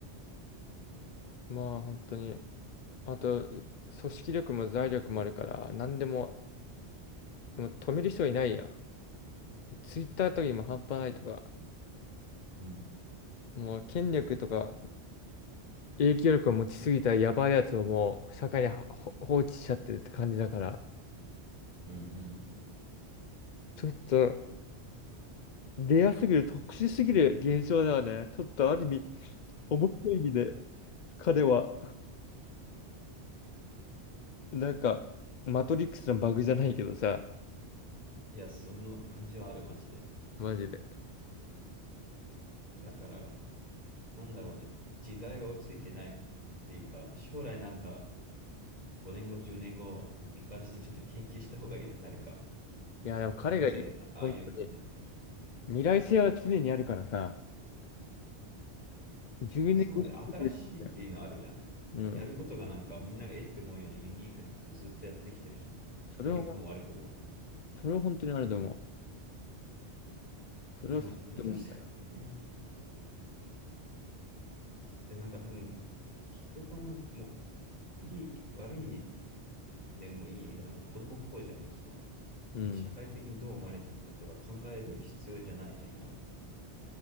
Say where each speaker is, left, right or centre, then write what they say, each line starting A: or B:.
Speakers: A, on the left; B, on the left.
A: まあ本当に。あと、組織力も財力もあるから、何でも、でも止める人いないや。ツイッターとかにも半端ないとか、
B: うん。
A: もう権力とか影響力を持ちすぎたやばいやつをもう社会にはほ放置しちゃってるって感じだから、
B: うんうん。
A: ちょっとレアすぎる、特殊すぎる現象ではね、ちょっとある意味、面白い意味で彼は、なんか、マトリックスのバグじゃないけどさ、
B: いや、その感じはある、マジで。
A: マジで。
B: だから、なんだろうね。時代が追いついてないっていうか、将来なんか5年後、10年後見返してちょっと研究した方がいいよね、誰か。
A: いや、でも彼がいる、
B: なぜああいう意味になったか。
A: 本当に未来性は常にあるからさ、自分でこうやってくれるんだよ。
B: あそうなんだよ。新しいっていうのあるじゃん。
A: うん。
B: やることがなんかみんながえって思うようなユニークなことずっとやってきてるじゃん。
A: それを、
B: まあ、良くも悪くも。
A: それを本当にあると思う。それをすごいと思うんだよ。
B: でも、だとしてもね、で、なんか多分、人がなんかもう、いい、悪い意味でもいい意味で、なんか子供っぽいじゃん、もうその、
A: うん。
B: 社会的にどう思われてるかとか考える必要じゃないじゃん、今。